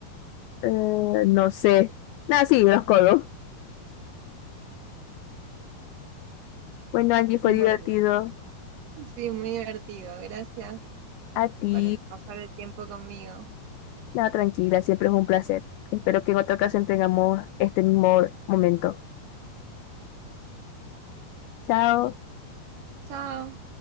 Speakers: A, on the left (about 80°); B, on the right (about 75°).
A: Eh, no sé. Nada, sí, los codos. Bueno, Angie, fue
B: Bueno,
A: divertido.
B: sí, muy divertido. Gracias
A: A ti.
B: por pasar el tiempo conmigo.
A: Nada, tranquila, siempre es un placer. Espero que en otra ocasión tengamos este mismo momento. Chao.
B: Chao.